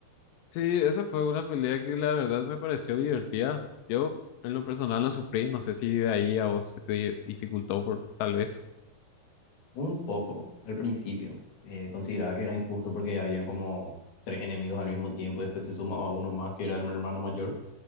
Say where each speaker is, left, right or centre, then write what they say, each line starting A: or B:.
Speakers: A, on the left (about 80°); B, on the left (about 55°).
A: Sí, esa fue una pelea que la verdad me pareció divertida. Yo en lo personal no sufrí, no sé si de ahí a vos se te di- dificultó por tal vez.
B: Un poco al principio. eh, consideraba que era injusto porque habían como tres enemigos al mismo tiempo y después se sumaba uno más que era el hermano mayor.